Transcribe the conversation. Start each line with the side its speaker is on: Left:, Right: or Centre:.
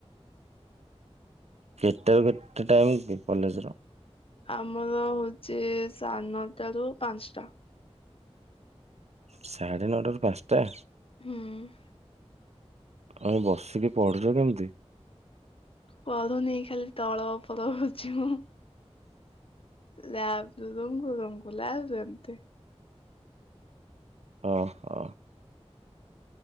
Right: କେତେ ରୁ କେତେ ଟାଇମ୍ କି କଲେଜ ର?
Left: ଆମର ହଉଛି, ସାଢେ ନଅ ଟାରୁ ପାଞ୍ଚଟା।
Right: ସାଢ଼େ ନଅଟାରୁ ପାଞ୍ଚଟା।
Left: ହୁଁ।
Right: ଆରେ ବସିକି ପଢୁଛ କେମିତି?
Left: ପଢୁନି ଖାଲି ତଳ ଉପର ହଉଛି ମୁଁ। ଲାବ କୁ ରୁମ୍ କୁ, ରୁମ୍ କୁ ଲାବ ଏମିତି।
Right: ଓ, ହ।